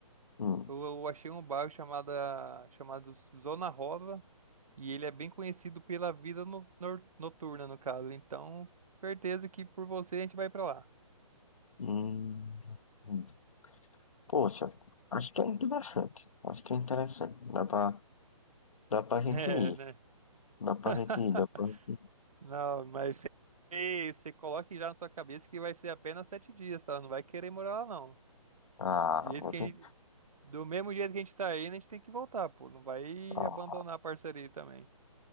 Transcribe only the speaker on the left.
hum,
hum, hum. Poxa, acho que é interessante. Acho que é interessante. Dá pra, dá pra
gente
ir.
Dá pra
gente ir, dá pra gente ir.
Ah,
vou
ter.
Ah,